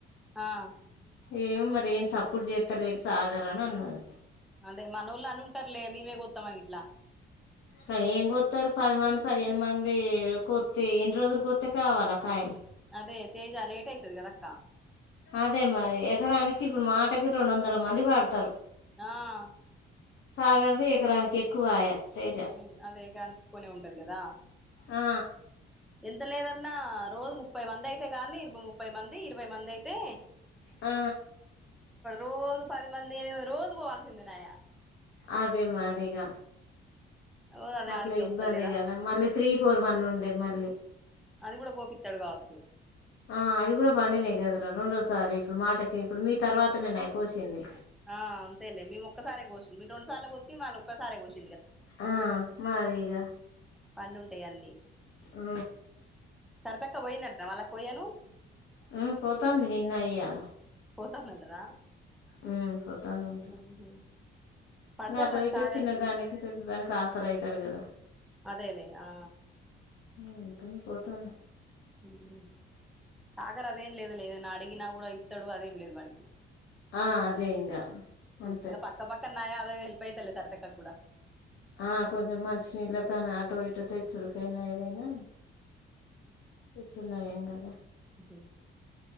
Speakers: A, in the centre; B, on the left.
A: ఆ
B: ఏమో మరి ఏం సప్పుడు చెత్తా లేడు సాగర్ అని అన్నది.
A: అదే మనోళ్ అనుంటార్లే. మేమే కొత్తాం అని గిట్ల
B: కానీ ఏం కొత్తారు? పదిమంది, పదిహేను మంది కొత్తే ఎన్ని రోజులు కొత్తే కావాల కాయలు?
A: అదే తేజ లేట్ అయితది కదక్కా!
B: అదే మరి ఎకరానికి ఇప్పుడు మాటకి రొండొందల మంది పడతారు.
A: ఆ
B: సాగర్ది ఎకరానికి ఎక్కువాయ. తేజ
A: మ్ అదే కనుక్కొనే ఉంటారు కదా!
B: ఆ
A: ఎంత లేదన్నా రోజు ముప్పై మంది అయితే కాన్ది, ఇరుబు ముప్పై మంది, ఇరవై మందయితే
B: ఆ
A: రోజు పది మంది, ఎనిమి మంది రోజు పోవాల్సిందినాయా
B: అదేమారిగ
A: రోజు అదే
B: అట్ల
A: ఆడికే
B: ఇబ్బంది
A: వత్తలేదా
B: కదా! మళ్ళీ త్రీ ఫోర్ వన్ ఉండె మళ్ళీ
A: అది కూడ గోపిత్తాడు కావచ్చు.
B: ఆ అది కూడా పండినాయి కదరా. రెండోసారి ఇప్పుడు మాటకి ఇప్పుడు మీ తర్వాత నే నయ కోసింది.
A: ఆ అంతేలే మేము ఒక్కసారె కోసింది. మీరు రొండు సార్లు కొత్తి మాలొక్కసాలె కోస్
B: ఆ మరీగ
A: పండుంటాయి అన్నీ.
B: ఆ
A: సరితక్క పోయిందంటనా వాళ్లకు కొయ్యను?
B: ఆ పోతాంది నిన్న ఇయ్యాల
A: పోతాందంటనా?
B: మ్ పోతాందంట.
A: ఉహు పడతారు
B: ఇంగ అటో
A: మరి
B: ఇటో
A: సాగర్
B: చిన్నదానికి
A: కి
B: పెద్దదానికి ఆసర అయితాడు కదా!
A: అదేలేే. ఆ.
B: మ్ అందుకని పోతాంది.
A: మ్ సాగర్ అదేం లేదు లేదన్న అడిగినా కూడ ఇత్తడు. అదేం లేదు వాడికి.
B: ఆ అదే ఇంకా అంతే
A: ఇంగ పక్క పక్క ఉన్నాయ అవే హెల్ప్ అయితయిలే సరితక్కకి కూడ.
B: ఆ కొంచెం మంచినీళ్ళకైన ఆటో ఇటో తెచ్చుడుకయినా ఏదైనా వచ్చున్నాయంగా
A: మ్ హు